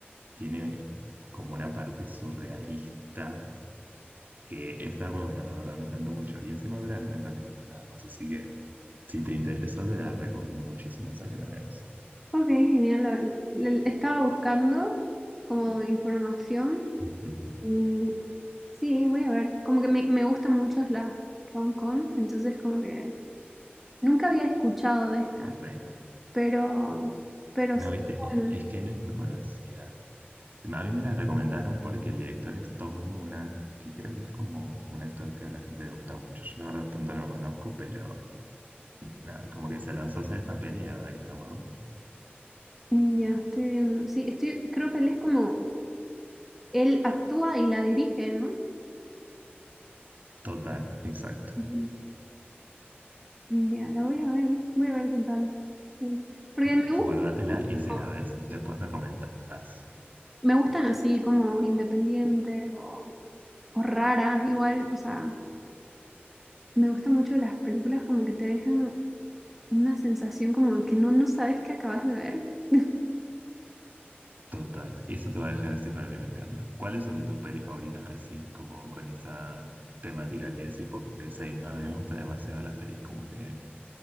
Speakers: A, on the right; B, in the centre.
A: tiene como una parte surrealista que está muy buena, la verdad me encantó mucho y encima dura 90 minutos nada más, así que si te interesó te la recomiendo muchísimo esa que la veas.
B: Ok, genial. La- la- estaba buscando como información
A: Ujú.
B: y sí, voy a ver. Como que me, me gustan mucho las rom-com, entonces como que nunca había escuchado de esta,
A: Re.
B: pero, pero
A: No,
B: sé que
A: viste,
B: bueno.
A: es que no es muy conocida. No, A mí me la recomendaron porque el director es Tom Noonan, que creo que es como un actor que a la gente le gusta mucho. Yo la verdad tanto no lo conozco, pero nada, como que se lanzó a hacer esta peli y la verdad que está muy buena.
B: Mm, Ya, estoy viendo. Sí, estoy, creo que él es como, él actúa y la dirige, ¿no?
A: Total, exacto.
B: Ujú. Ya, la voy a ver, voy a ver qué tal. Sí. Porque
A: Gu-
B: me gusta,
A: Guárdatela y si
B: como-
A: la ves, después me comentás.
B: me gustan así como independientes o, o raras, igual, o sea, me gustan mucho las películas como que te dejan una sensación como que no, no sabes qué acabas de ver. <laughs>
A: Total. Eso te va a dejar así para mí, me encanta. ¿Cuáles son de tus pelis favoritas así, como con esa temática que decís? Porque same, a mí me gustan demasiado las pelis como que